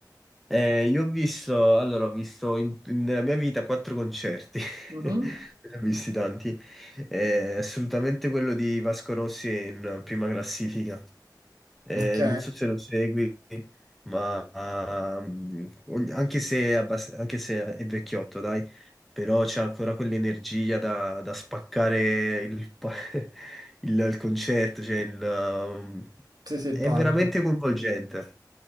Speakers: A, in the centre; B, on the right.
A: Eh, io ho visto, allora, ho visto in- in- nella mia vita quattro concerti, <laughs>
B: Mhm.
A: ne ho visti tanti. Eh, assolutamente quello di Vasco Rossi è in prima classifica. Eh,
B: Ok,
A: non so se lo segui, ma ah, ogni- anche se, è abbast- anche se è vecchiotto, dai, però c'è ancora quell'energia da, da spaccare il, pa- <laughs> il- il concerto, cioè il, um,
B: sì, sì, il
A: è
B: palco.
A: veramente coinvolgente.